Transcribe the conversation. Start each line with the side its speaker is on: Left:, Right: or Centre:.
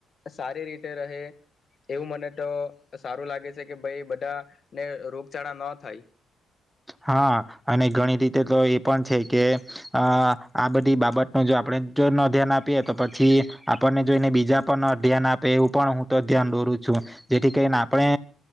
Left: સારી રીતે રહે. એવું મને તો સારું લાગે છે કે ભાઈ બધા ને, રોગચાળા ન થાય.
Centre: હા, અને ઘણી રીતે તો એ પણ છે કે, આ બધી બાબત ન જો આપણે જો ન ધ્યાન આપીએ તો પછી, આપણને જોઈને બીજા પર ન ધ્યાન આપે એવું પણ હું તો ધ્યાન દોરું છું, જેથી કરીને આપણે